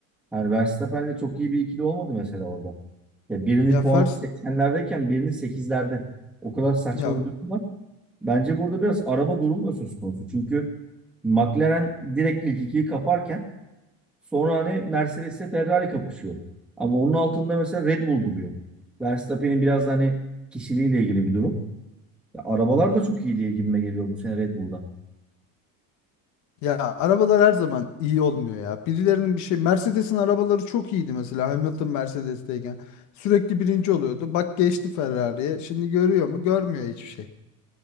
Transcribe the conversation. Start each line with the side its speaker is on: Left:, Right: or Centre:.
Centre: Hani Verstappen'le çok iyi bir ikili olmadı mesela orada. Ya birinin
Left: Ya
Centre: puanı
Left: Fers
Centre: 80'lerdeyken birinin sekizlerde. O kadar saçma
Left: ya
Centre: bir durum var. Bence burada biraz araba durumu da söz konusu. Çünkü McLaren direkt ilk ikiyi kaparken sonra hani Mercedes'le Ferrari kapışıyor. Ama onun altında mesela Red Bull duruyor. Verstappen'in biraz da hani kişiliğiyle ilgili bir durum. Ya arabalar da çok iyi diye gibime geliyor bu sene Red Bull'da.
Left: Ya arabalar her zaman iyi olmuyor ya. Birilerinin bir şey Mercedes'in arabaları çok iyiydi mesela Hamilton Mercedes'teyken. Sürekli birinci oluyordu. Bak geçti Ferrari'ye. Şimdi görüyor mu? Görmüyor hiçbir şey.